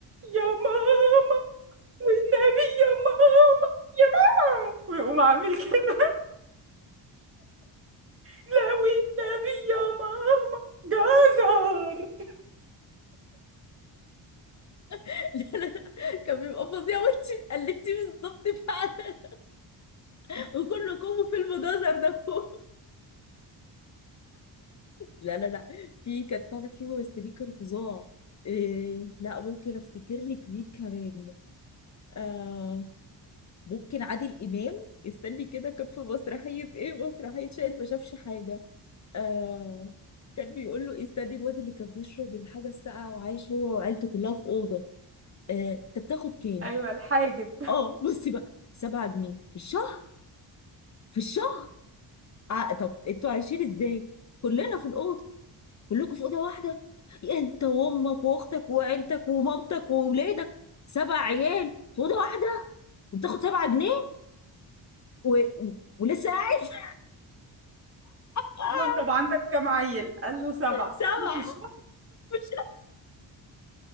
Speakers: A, on the right; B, on the left.
A: يا ماما والنبي يا ماما يا ماما ويقوم عامل كده لا والنبي يا ماما جزر
B: <laughs> لا، كان بيبقى فظيع وانت قلتيه بالظبط فعلا وكله كومو في المجازر ده فوق لا لا لا في كانت فعلا في ممثلين كانوا فظاع إيه لا ممكن افتكر لي كبير كمان آه ممكن عادل امام استني كده كان في مسرحيه ايه مسرحيه شاهد ما شافش حاجه آه كان بيقول له إيه، استني الواد اللي كان بيشرب الحاجه الساقعه وعايش هو وعيلته كلها في اوضه آه انت بتاخد كام؟
A: ايوه الحاجب
B: اه بصي بقى 7 جنيه في الشهر في الشهر ع- طب انتوا عايشين ازاي كلنا في الاوضه كلكم في اوضه واحده انت وامك واختك وعيلتك ومامتك واولادك سبع عيال في اوضه واحده وبتاخد سبعة جنيه و... و- ولسه قاعد <laughs> آه،
A: قال له طب عندك كام عيل قال له سبعه
B: سبعة
A: قال له في الشهر
B: مش